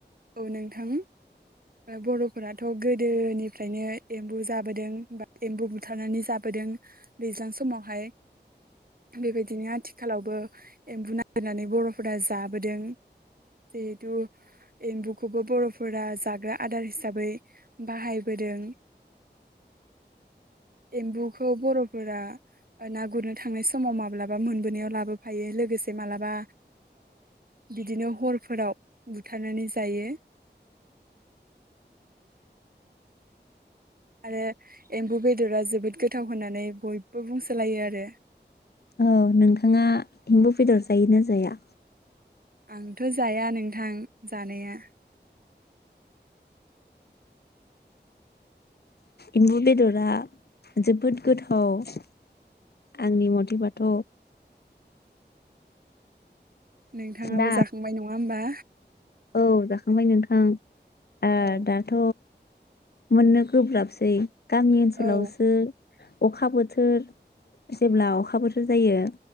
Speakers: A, on the right; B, on the left.
A: औ नोंथां बरफोराथ' गोदोनिफ्रायनो एम्बु जाबोदों बा एम्बु बुथारनानै जाबोदों दैज्लां समावहाय। बेबायदिनो आथिखालावबो एम्बु नागिरनानै बर'फोरा जाबोदों जिहेथु एम्बुखौबो बर'फोरा जाग्रा आदार हिसाबै बाहायबोदों। एम्बुखौ बर'फोरा ना गुरनो थांनाय समाव माब्लाबा मोनबोनायाव लाबोफायो लोगोसे मालाबा बिदिनो हरफोराव बुथारनानै जायो। आरो एम्बु बेदरा जोबोद गोथाव होननानै बयबो बुंसोलायो आरो।
B: औ नोंथाङा हिम्बु बेदर जायोना जाया?
A: आंथ' जाया नोंथां जानाया।
B: एम्बु बेदरा जोबोद गोथाव आंनि मथेबाथ'
A: नोंथाङाबो
B: दा
A: जाखांबाय नङा होमबा?
B: औ जाखांबाय नोंथां। ओ
A: औ
B: दाथ' मोननो गोब्राबसै। गामि ओनसोलावसो
A: औ
B: अखा बोथोर जेब्ला अखा बोथोर जायो।